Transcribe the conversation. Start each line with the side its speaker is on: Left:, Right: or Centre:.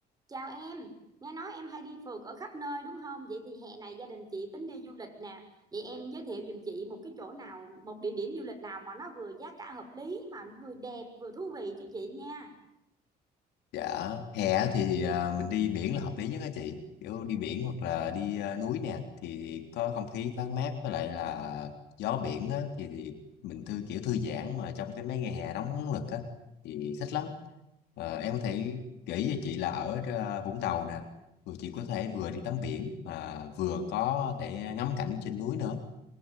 Right: Chào em, nghe nói em hay đi phượt ở khắp nơi đúng không? Vậy thì hè này gia đình chị tính đi du lịch nè. Vậy em giới thiệu giùm chị một cái chỗ nào, một địa điểm du lịch nào mà nó vừa giá cả hợp lý mà nó vừa đẹp vừa thú vị cho chị nha.
Left: Dạ, hè thì à, mình đi biển là hợp lý nhất đó chị. Kiểu đi biển hoặc là đi à, núi nè thì có không khí thoáng mát với lại là gió biển á thì, thì mình thư kiểu thư giãn mà trong cái mấy ngày hè nóng lực á thì thích lắm. Ờ, em có thể kể cho chị là ở à, Vũng Tàu nè, rồi chị có thể vừa đi tắm biển mà vừa có thể ngắm cảnh trên núi nữa